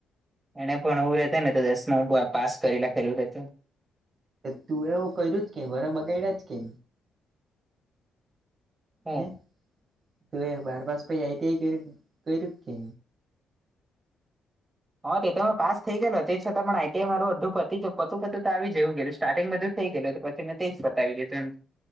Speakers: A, on the right; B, on the right.
A: એને પણ ભણવું રહેતે ને, તો દસમાં હું પાસ કરી લખેલું તું
B: તું એવું કર્યું જ કે વર્ષ બગાડ્યા જ કે?
A: હમ
B: હે તું એ બાર પાસ પછી આઈટીઆઈ કર્યું કે?
A: હ તે તો પાસ થઈ ગયો તે છતાં પણ આઈટીઆઈ મારું અધું પત્યું તો આવી જેવું ગયલું છે. સ્ટાટીગ થઈ ગયું તો પછી મેઈ જ પતાવી દીધું એમ.